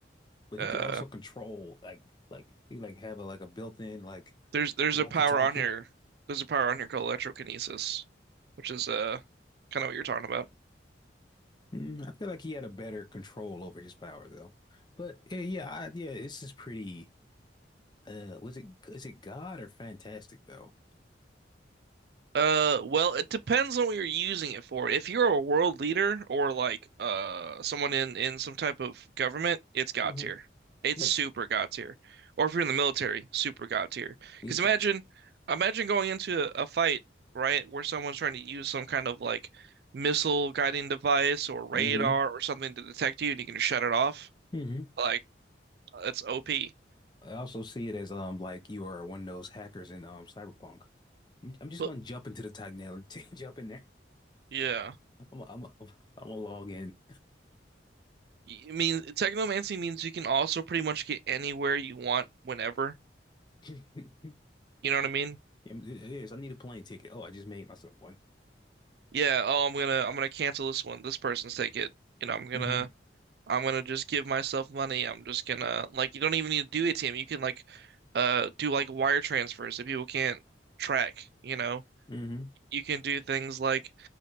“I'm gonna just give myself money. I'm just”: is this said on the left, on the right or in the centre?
Right